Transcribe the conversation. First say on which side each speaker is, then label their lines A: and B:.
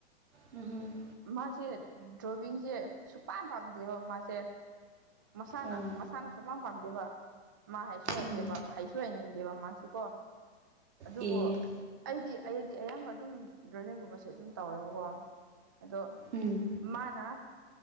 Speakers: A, on the right; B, on the right.
A: ꯎꯝ ꯍꯝ
B: ꯃꯥꯁꯦ ꯗ꯭ꯔꯣꯋꯡꯁꯦ ꯁꯨꯛꯄ ꯄꯥꯝꯗꯦꯕ ꯃꯥꯁꯦ ꯃꯁꯥꯅ
A: ꯑꯣ
B: ꯃꯁꯥꯅ ꯁꯨꯃꯥꯡ ꯄꯥꯝꯗꯦꯕ ꯃꯥ ꯍꯥꯏꯁꯨ ꯍꯩꯇꯦꯕ
A: ꯎꯝ
B: ꯍꯩꯁꯨ ꯍꯥꯏꯩꯅꯤꯡꯗꯦꯕ ꯃꯥꯁꯦꯀꯣ ꯑꯗꯨꯕꯨ
A: ꯑꯦ
B: ꯑꯩꯗꯤ ꯑꯩꯗꯤ ꯑꯌꯥꯝꯕ ꯑꯗꯨꯝ ꯗ꯭ꯔꯥꯏꯚꯤꯡꯒꯨꯝꯕꯁꯦ ꯑꯗꯨꯝ ꯇꯧꯋꯦꯕꯀꯣ ꯑꯗꯣ
A: ꯎꯝ
B: ꯃꯥꯅ